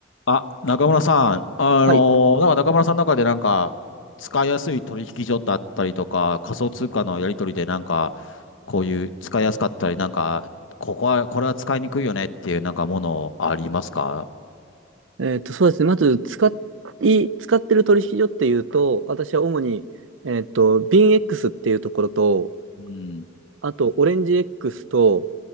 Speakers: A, on the left; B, on the right.
A: あ、中村さん、あのーなんか中村さんの中でなんか、
B: はい。
A: 使いやすい取引所だったりとか、仮想通貨のやり取りでなんか、こういう使いやすかったり、なんか、ここは、これは使いにくいよねっていうなんかものありますか
B: えっと、そうですね。まず、使い、使ってる取引所っていうと、私は主に、えっと、BinX っていうところと、
A: うん。
B: あと、オレンジ X と、